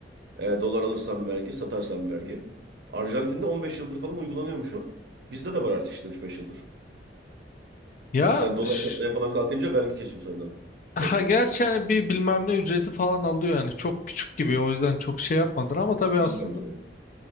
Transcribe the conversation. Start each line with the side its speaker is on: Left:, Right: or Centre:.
Right: E, dolar alırsan vergi, satarsan vergi. Arjantin'de 15 yıldır falan uygulanıyormuş o. Bizde de var artık işte 3-5 yıldır.
Left: Ya
Right: Sen dolar
Left: ş-
Right: satmaya falan kalkınca vergi kesiyor senden
Left: ha
Right: devlet.
Left: gerçi hani bir bilmem ne ücreti falan alıyor yani çok küçük gibi o yüzden çok şey yapmadın ama tabii
Right: Şu
Left: aslında
Right: değil bence ya.